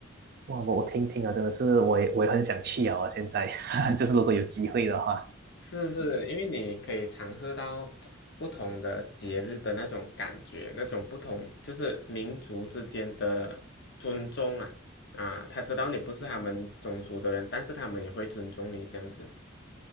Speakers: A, on the right; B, on the left.
A: 哇，我我听听啊，真的是，我也我也很想去啊，现在 <laughs> 就是如果有机会的话。
B: 是是，因为你可以尝试到不同的节日的那种感觉，那种不同就是民族之间的尊重啊啊，他知道你不是他们种族的人，
A: 嗯
B: 但是他们也会尊重你这样子。